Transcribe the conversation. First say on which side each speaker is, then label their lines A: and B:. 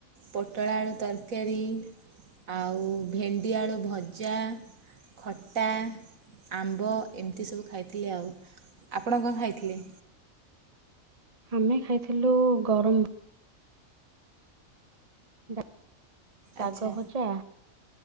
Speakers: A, on the right; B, on the right.
A: ପୋଟଳ ଆଳୁ ତରକାରୀ ଆଉ ଭେଣ୍ଡି ଆଳୁ ଭଜା। ଖଟା ଆମ୍ବ ଏମିତି ସବୁ ଖାଇଥିଲି ଆଉ ଆପଣ କଁ ଖାଇଥିଲେ?
B: ଆମେ ଖାଇଥିଲୁ ଗରମ ଡା ଶାଗ
A: ଆଚ୍ଛା
B: ଭଜା